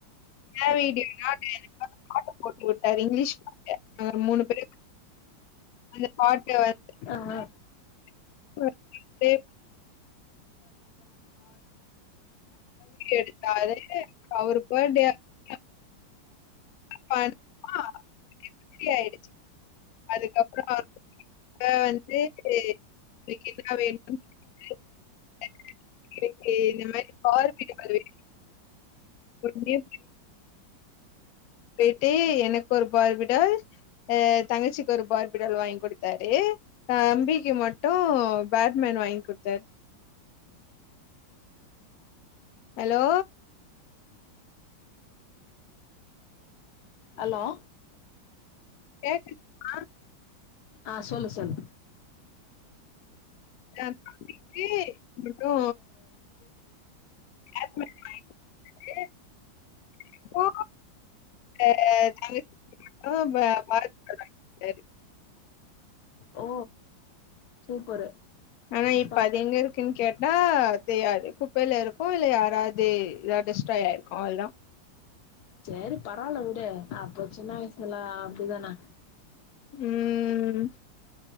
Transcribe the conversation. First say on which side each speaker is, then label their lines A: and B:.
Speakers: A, on the left; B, on the left.
A: என்னா வீடியோனா டைரக்டா பாட்டு போட்டு விட்டாரு இங்கிலீஷ் பாட்டு மூணு பேரு அந்த பாட்டு வந்
B: ஆமா
A: <inaudible> வீடியோ எடுத்தாரு அவரு சேர்த்தே அன்னைக்கு <unintelligible> இப்டிஆயிச்சு அதுக்கப்றமா வந்து எனக்கு இதுதா வேணும்ன்னு <inaudible> எனக்கு இந்த மாரி பார்பி கேர்ல் வேணுன்னு உடனே போயிட்டு எனக்கு ஒரு பார்பிடால் அ தங்கச்சிக்கு ஒரு பார்பிடால் வாங்கி கொடுத்தாரு அ தம்பிக்கு மட்டு பேட்மேன் வாங்கி குடுத்தாரு ஹலோ
B: ஹலோ
A: கேக்குதா
B: ஆ சொல்லு சொல்லு
A: எ தம்பிக்கு மட்டு பேட்மிண்டன் வாங்கி குடுத்தாரு எனக்கு அ தங்கச்சி பிள்ளௌக்கு பார்பி டால் வாங்கி குடுத்தாரு
B: ஓ சூப்பரு
A: ஆனா இப்ப
B: ப
A: அது எங்க இருக்குன்னு கேட் ஆ தெரியாது குப்பையில இருக்கு இல்ல யாராவது இத டெஸ்டாய்ட்டு ஆயிருக்கு அவ்ளோதா
B: சரி பரவாயிலவுடு அப்ப சின்ன வயசுல எல்லா அப்டிதானே
A: ம்